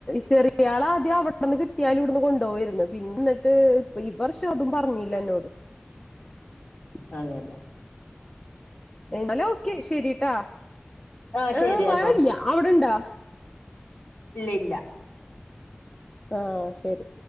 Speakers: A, on the left; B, on the left.
A: ചെറിയാള് ആദ്യം അവിടെന്ന് കിട്ടിയാലും ഇവിടുന്ന് കൊണ്ടോവേര്ന്ന്. പിന്നന്നിട്ട് ഇപ്പ ഈ വർഷം അതും പറഞ്ഞ് ഇല്ല എന്നോട്
B: ആ <unintelligible>
A: എന്നാല് ഓക്കെ ശെരിട്ടാ
B: ആഹ് ശരി
A: ഏഹ് മഴല്ല്യ
B: എന്നാ ഓക്കെ
A: അവിടെണ്ടാ?
B: ഇല്ല ഇല്ല.
A: ആഹ് ശരി.